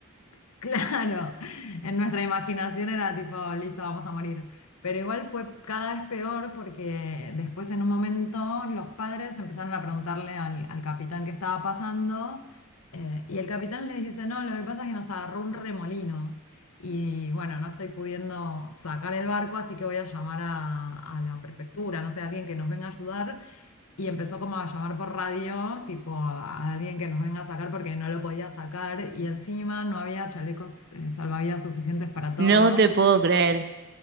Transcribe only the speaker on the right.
No te puedo creer.